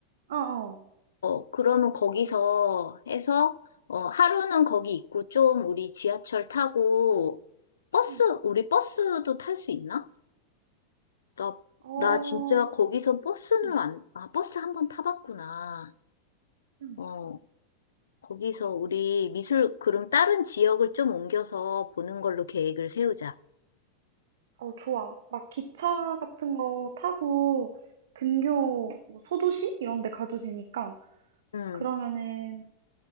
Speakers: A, on the right (about 65°); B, on the left (about 75°).
A: 음. 어, 어.
B: 어, 그러면 거기서 해서, 어, 하루는 거기 있고, 좀 우리 지하철 타고, 버스,
A: 음.
B: 우리 버스도 탈 수 있나? 나,
A: 어,
B: 나 진짜 거기서 버스는
A: 음,
B: 안, 아, 버스 한번 타봤구나.
A: 음.
B: 어, 거기서 우리 미술, 그럼 다른 지역을 좀 옮겨서 보는 걸로 계획을 세우자.
A: 어, 좋아. 막 기차 같은 거 타고 근교 뭐 소도시 이런 데 가도 되니까
B: 응,
A: 그러면은